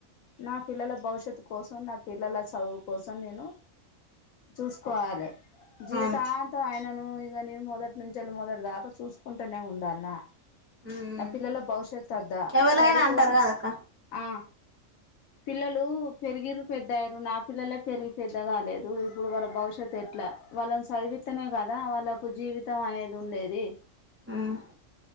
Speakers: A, on the left; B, on the right.
A: నా పిల్లల భవిష్యత్తు కోసం నా పిల్లల చదువు కోసం నేను చూస్కోవాలె జీవితాంతం
B: అవును
A: ఆయన ఒ ఇగ నేను మొదటి నుంచెల్లి మొదటి దాకా చూసుకుంటనే ఉండాల్నా
B: ఉమ్
A: ఆ పిల్లలా భవిష్య
B: ఎవలైనా
A: స్టడీ
B: అంటారు
A: కోసం
B: కదక్క
A: ఆ పిల్లలు పెరిగిన్రూ పెద్దాయిన్రు నా పిల్లలే పెరిగి పెద్ద కాలేదు ఇప్పుడు వాళ్ళ భవిష్యత్తు ఎట్లా వాళ్ళని చదివిత్తెనే కదా వాళ్ళకు జీవితం అనేది ఉండేది.
B: ఉమ్